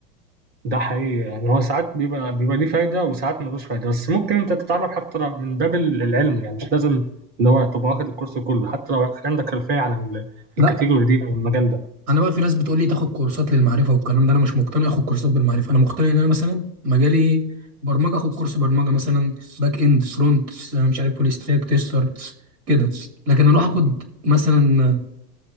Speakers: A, on the right (about 20°); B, on the right (about 75°).
A: ده حقيقي يعني هو ساعات بيبقى بيبقى ليه فايدة وساعات ملوش فايدة بس ممكن انت تتعلم حتى لو من باب ال- العلم يعني مش لازم اللي هو تبقى واخد الكورس كله حتى لو عندك خلفية عن ال-
B: لا
A: الكاتيجوري دي او المجال ده
B: انا بقى في ناس بتقول لي تاخد كورسات للمعرفه والكلام ده انا مش مقتنع اخد كورسات بالمعرفه انا مقتنع ان انا مثلا مجالي برمجه اخد كورس برمجه مثلا باك اند فرونت مش عارف فول ستاك تيستر كده لكن اروح اخد مثلا